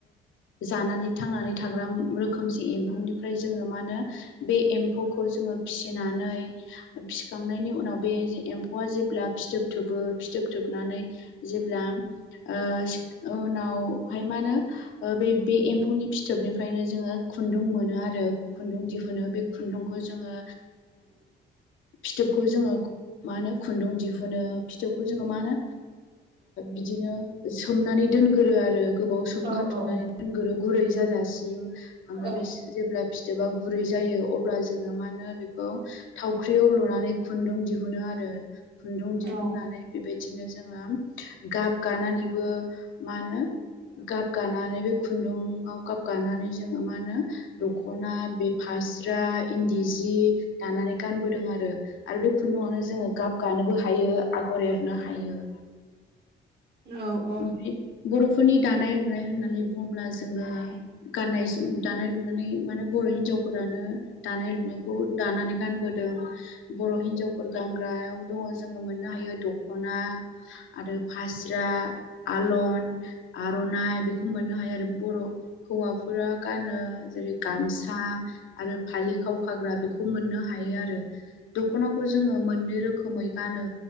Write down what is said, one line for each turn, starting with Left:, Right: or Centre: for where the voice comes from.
Left: जानानै थांनानै थाग्रा रोखोमसे एम्फौनिफ्राय जोंङो मा होनो बे एम्फौखौ जोंङो फिसिनानै फिखांनायनि उनाव बे एम्फौआ जेब्ला फिथोब थ फिथोब थोबनानै जेब्ला उनावहाय माहोनो बे एमौनि फि थोबनिफ्रायनो जोंङो खुन्दुं मोनो आरो खुन्दुं दिहुनो बे खुन्दुंखौ जोंङो
Right: <inaudible>
Left: फिथोबखौ जोंङो मा होनो खुन्दुं दिहु नों फिथोबखौ जोंङो मा होनो बिदिनो सोमनानै दोनगोरो आरो गोबाव सम
Right: औ
Left: खाथुमनानै
Right: औ
Left: दोनगोरो गुरै जाजासिम ओमफ्राय
Right: औ
Left: बे जेब्ला फिथोबा गुरै जायो अब्ला जोंङो मा होनो बेखौ थावख्रियाव लुनानै खुन्दुं दिहुनो आरो खुन्दुं दिहुननानै
Right: औ
Left: बेबायदिनो जोंङो गाब गानानैबो मा होनो गाब गानानै बे खुन्दुाव गाब गानानै जोंङो मा होनो दखना बेफ फास्रा इन्दि जि दानानै गानबोदों आरो। आरो बे खुन्दुावनो जोंङो गाब गानोबो हायो आगर एरनो हायो।
Right: औ औ
Left: ओमफ्राय बर'फोरनि दानाय लुनाय होननानै बुंङोब्ला जोंङो गाननाय जोम दानाय लुनानै माने बर' बर' हिनजावफोरानो दानाय लुनायखौ दानानै गानबोदों बर' हिनजावफोर गानग्रा गोबां दंङो जोंङो मोननो हायो दख'ना आरो फास्रा आलन आर'नाइ बेखौ मोननो हायो आरो बर' हौवाफोरा गानो जेरै गामसा आरो फालि खाव खाग्रा बेखौ मोननो। मोननो हायो आरो मोननै रोखोमै गानो